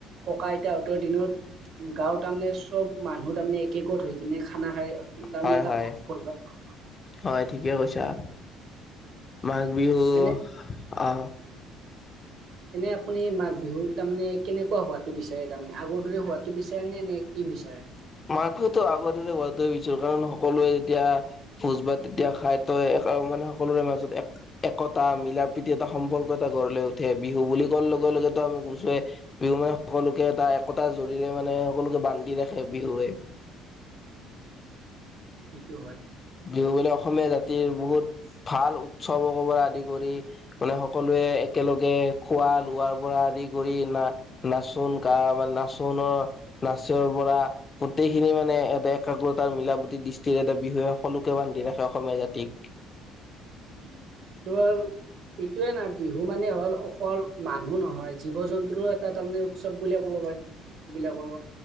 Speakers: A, on the right; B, on the left.
A: ককা আইতাহঁতৰ দিনত গাঁৱত তাৰমানে চব মানুহ তাৰমানে একেগত হৈ কিনে খানা খাই তাৰমানে
B: হয়
A: এটা
B: হয়
A: ভোজ ভাত
B: হয় ঠিকে কৈছা মাঘ বিহু
A: এনে
B: আহ
A: এনে আপুনি এই মাঘ বিহুত তামানে কেনেকুৱা হোৱাটো বিচাৰে তাৰমানে আগৰ দৰে হোৱাটো বিচাৰে নে নে কি বিচাৰে?
B: মাঘ বিহুতো আগৰ দৰে হোৱাটোৱে বিচাৰো। কাৰণ সকলোৱে যেতিয়া ভোজ ভাত তেতিয়া খাই তই গাঁও মানে সকলোৰে মাজত এক একতা মিলাৰ প্ৰীতি এটা সম্পৰ্ক এটা গঢ় উঠে বিহু বুলি কোৱাৰ লগ ত লগতে আমি কোছোৱে বিহু মানে সকলোকে এটা একতাজৰিৰে মানে সকলোকে বান্ধি ৰাখে। বিহুৱে
A: ইটো হয়।
B: বিহু বোলে অসমীয়া জাতিৰ বহুত ভাল উৎসৱ পৰা আদি কৰি মানে সকলোৱে একেলগে খোৱা লোৱাৰ পৰা আদি কৰি না নাচোন কা নাচোনৰ নাচৰ পৰা গোট টেইখিনি মানে এটা একাগ্ৰতাৰ মিলাপুতি দৃষ্টিৰে এটা বিহুয়েক সকলোকে বান্ধি ৰাখে অসমীয়া জাতিক।
A: উম কেৱল এইটোয়ে নাই বিহু মানে হ'ল অকল মানুহ নহয় জীৱ জন্তুৰো তা তামানে উৎসৱ বুলিয়ে ক'ব পাৰি বিলাকৰ